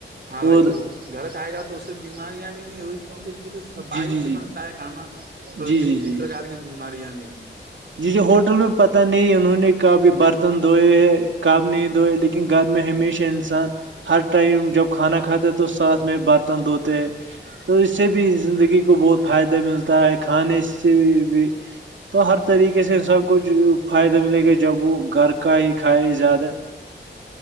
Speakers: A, on the right (about 55°); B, on the right (about 75°).
A: ہاں بھائی
B: اور
A: وہ گھر کا آئے گا تو اس بیماریاں بھی نہیں ہوئی کیونکہ پوری صفائی
B: جی جی
A: سے
B: جی
A: بنتا ہے کھانا
B: جی
A: اور
B: جی
A: کسی بھی
B: جی
A: پرکار کی بیمارییاں بھی نہیں
B: جی جو ہوٹل میں پتہ نہیں انہوں نے کاب برتن دھوئے ہیں کاب نہیں دوئے لیکن لیکن گھر میں ہمیشہ انسان ہر ٹائم جب کھانا کھاتے ہے تو ساتھ میں برتن دھوتے تو اس سے بھی زندگی کو بہت فائدہ ملتا ہے کھانے سے بھی بھی تو ہر طریقے سے انسان کو فائدہ ملے گا جب وہ گھر کا ہی کھائے زیادہ